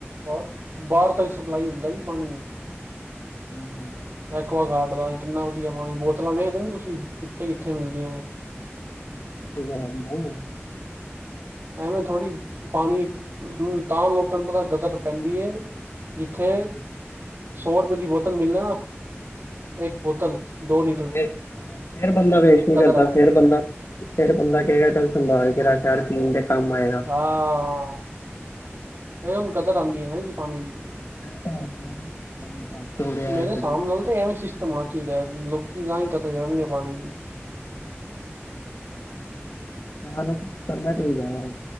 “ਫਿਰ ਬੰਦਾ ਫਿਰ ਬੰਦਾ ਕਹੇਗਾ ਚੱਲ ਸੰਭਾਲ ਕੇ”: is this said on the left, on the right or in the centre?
Left